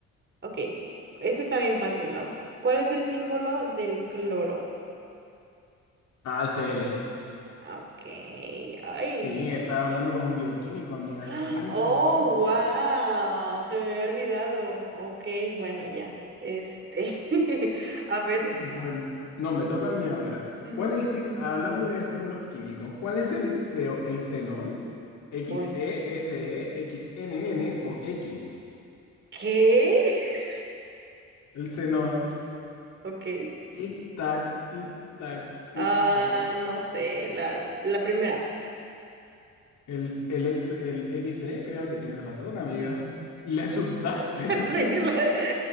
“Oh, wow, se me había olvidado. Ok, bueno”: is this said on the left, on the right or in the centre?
Right